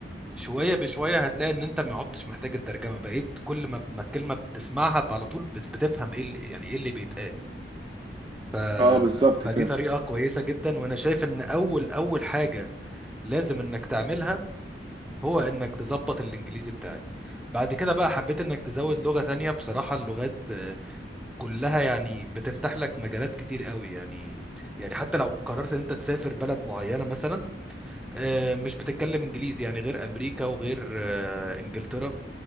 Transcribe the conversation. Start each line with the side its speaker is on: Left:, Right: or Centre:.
Centre: شويه بشويه هتلاقي ان انت ما عدتش محتاج الترجمه بقيت كل ما ما الكلمه بتسمعها على طول بت- بتفهم ايه اللي يعني ايه اللي بيتقال ف...
Right: اه بالظبط
Centre: فدي
Right: كده
Centre: طريقه كويسه جدا وانا شايف ان اول اول حاجه لازم انك تعملها هو انك تظبط الانجليزي بتاعك بعد كده بقى حبيت انك تزود لغه تانية بصراحه اللغات آه، كلها يعني بتفتح لك مجالات كتير قوي يعني يعني حتى لو قررت ان انت تسافر بلد معينه مثلا آه، مش بتتكلم انجليزي يعني غير امريكا وغير آه، انجلترا